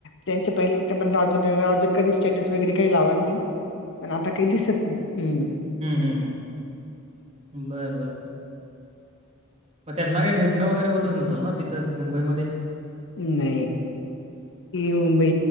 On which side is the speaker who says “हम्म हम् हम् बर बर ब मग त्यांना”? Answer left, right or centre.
Right